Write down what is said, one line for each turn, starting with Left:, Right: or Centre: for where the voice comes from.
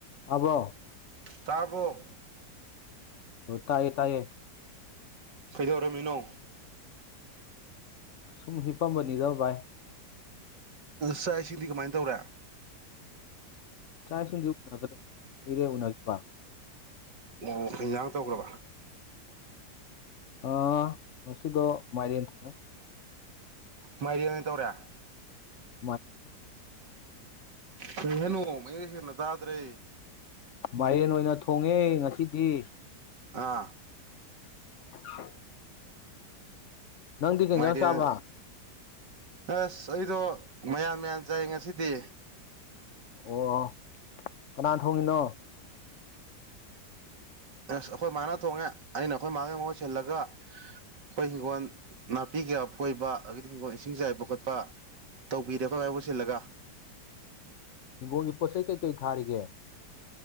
Left: ꯇ꯭ꯕꯔꯣ
Right: ꯊꯥꯕꯣꯛ
Left: ꯇꯥꯏꯌꯦ ꯇꯥꯏꯌꯦ
Right: ꯀꯩꯗꯧꯔꯝꯃꯤꯅꯣ
Left: ꯁꯨꯝ ꯍꯤꯄꯝꯕꯅꯤꯗ ꯚꯥꯏ
Right: ꯁꯥꯏꯁꯤꯡꯗꯤ ꯀꯃꯥꯏꯅ ꯇꯧꯔꯦ
Left: ꯆꯥꯛ ꯏꯁꯤꯡꯗꯤ ꯎꯅꯈ꯭ꯔꯦ ꯀꯨꯏꯔꯦ ꯎꯅꯈꯤꯕꯈꯤꯕ
Right: ꯑꯣ ꯍꯦꯟꯖꯥꯡ ꯇꯧꯈ꯭ꯔꯕ
Left: ꯑꯥ ꯉꯁꯤꯗꯣ ꯃꯥꯏꯔꯦꯟ ꯊꯣꯡꯉꯦ
Right: ꯃꯥꯏꯔꯦꯟ ꯑꯣꯏ ꯇꯧꯔꯦ
Left: ꯃꯥꯏ
Right: ꯀꯩ ꯍꯥꯏꯅꯣ ꯃꯌꯦꯛ ꯁꯦꯡꯅꯥ ꯇꯥꯗ꯭ꯔꯦ
Left: ꯃꯥꯏꯔꯦꯟ ꯑꯣꯏꯅ ꯊꯣꯡꯉꯦ ꯉꯁꯤꯗꯤ
Right: ꯑꯥ
Left: <unintelligible> ꯅꯪꯗꯤ ꯀꯩ ꯏꯟꯖꯥꯡ
Right: ꯃꯥꯏꯔꯦꯟ
Left: ꯆꯥꯕ
Right: ꯑꯁ ꯑꯩꯗꯣ ꯃꯌꯥꯟ ꯃꯌꯥꯟ ꯆꯥꯏ ꯉꯁꯤꯗꯤ
Left: ꯑꯣ ꯀꯅꯥꯟ ꯊꯣꯡꯉꯤꯅꯣ
Right: ꯑꯁ ꯑꯈꯣꯏ ꯃꯥꯅ ꯊꯣꯡꯉꯦ ꯑꯩꯅ ꯑꯈꯣꯏ ꯃꯥꯒꯤ ꯃꯍꯨꯠ ꯁꯤꯜꯂꯒ ꯑꯩꯈꯣꯏ ꯍꯤꯡꯒꯣꯜ ꯅꯥꯄꯤ ꯀꯩꯀꯥ ꯐꯣꯏꯕ ꯑꯗꯒꯤꯗꯤ ꯍꯤꯡꯒꯣꯜ ꯏꯁꯤꯡ ꯆꯥꯏꯕ ꯈꯣꯠꯄ ꯇꯧꯕꯤꯔꯦ ꯑꯈꯣꯏ ꯃꯥꯏ ꯃꯍꯨꯠ ꯁꯤꯜꯂꯒ
Left: ꯍꯤꯡꯒꯣꯜꯒꯤ ꯄꯣꯠ ꯆꯩ ꯀꯩꯀꯩ ꯊꯥꯔꯤꯒꯦ